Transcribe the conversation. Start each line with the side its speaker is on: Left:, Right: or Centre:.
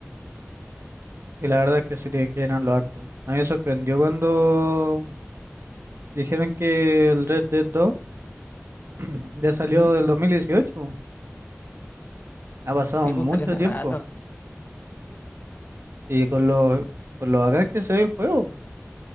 Right: Y la verdad es que sí te quedan lo harto. A mí me sorprendió cuando dijeron que el Red Dead 2 <clears throat> ya salió
Left: Ujú.
Right: del 2018. Ha pasado
Left: Sí,
Right: mucho
Left: pues salió hace
Right: tiempo.
Left: rato.
Right: Y con lo, con lo bacán que se ve el juego.